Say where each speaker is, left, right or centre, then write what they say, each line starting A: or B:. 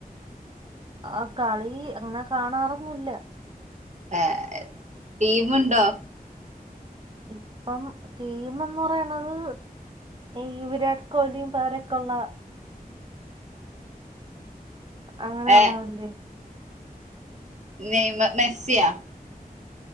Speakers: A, on the right; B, on the right.
A: ആഹ് കളീ അങ്ങനെ കാണാറൊന്നുല്ല
B: ഏഹ് ടീമുണ്ടോ
A: ഇപ്പം ടീമെന്ന് പറയ്ണത് ഈ വിരാട് കോഹ് ലിയും പേരക്കൊള്ള അങ്ങനെയുള്ളത്
B: ഏഹ്
A: ഇല്ലേ
B: നെയ്മർ, മെസ്സിയോ